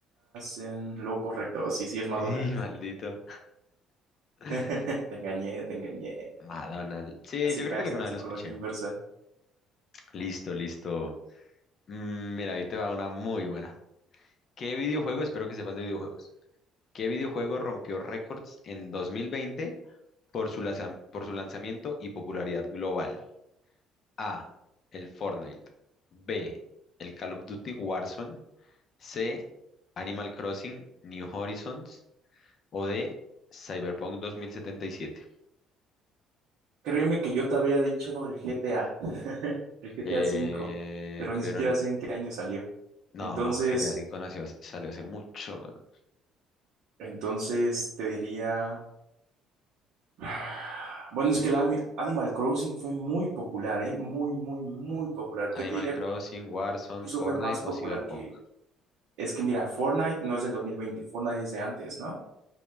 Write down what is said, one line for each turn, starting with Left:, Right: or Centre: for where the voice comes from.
Right: en lo correcto. Sí, sí, es Madonna.
Left: Y maldito. <laughs>
Right: <laughs> Te engañé, te engañé.
Left: Madonna. Sí,
Right: Casi
Left: yo
Right: caes
Left: creo que alguna
Right: en la psicología
Left: vez lo escuché.
Right: inversa.
Left: Listo, listo. Mm, mira, ahí te va una muy buena. ¿Qué videojuego? Espero que sepas de videojuegos. ¿Qué videojuego rompió récords en 2020 por su, laza- por su lanzamiento y popularidad global? A. El Fortnite. B. El Call of Duty Warzone. C. Animal Crossing New Horizons. O D. Cyberpunk 2077.
Right: Créeme que yo te habría dicho el GTA, el GTA
Left: Eh,
Right: cinco pero ni
Left: pero
Right: siquiera
Left: n-
Right: sé en qué año salió.
Left: no,
Right: Entonces,
Left: GTA V nació, hace- salió hace mucho. weón.
Right: Entonces te diría, <sighs> bueno, es que el Ami- Animal Crossing fue muy popular, ¿eh? Muy, muy, muy popular. Yo
Left: Animal
Right: te diría
Left: Crossing,
Right: que
Left: Warzone,
Right: incluso
Left: Fortnite
Right: fue más popular
Left: o Cyberpunk.
Right: que, es que mira, Fortnite no es del dos mil veinte Fortnite es de antes, ¿no?